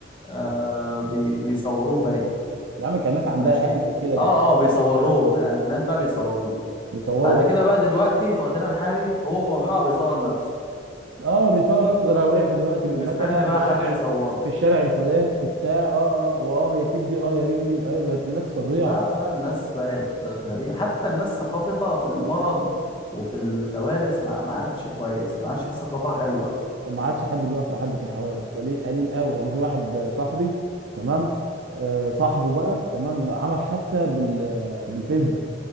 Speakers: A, on the left; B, on the right.
A: آه بي... بيصوروه باي
B: يا عم كان ناس عندها
A: ماشي
B: قلب كده كانت
A: اه اه بيصوروه في الألفينات بقى بيصوروه
B: بيصوروا
A: بعد كده بقى دلوقتي في وقتنا الحالي هو ما بيقع بيصور نفسه
B: اه بيصور نفسه ده انا وقعت دلوقتي
A: مش
B: بالمكنه
A: مستني
B: في
A: بقى
B: الشارع
A: حد يصوره
B: في الشارع الفلاني وبتاع اه اه واه يا كبدي اه يا رجلي ايوه بقت الناس فظيعه
A: لا لا الناس بقت غريبة حتى الناس ثقافتها في المرض وفي الكوارث ما ما عادش كويس ما عادش في ثقافة
B: وم-
A: حلوة
B: وما عادش حد بيقف لحد في الحوادث قليل قليل قوي يعني في واحد آه، صاحبي تمام آه صاحبه بقى تمام عمل حادثه بال آه، بالفيسبا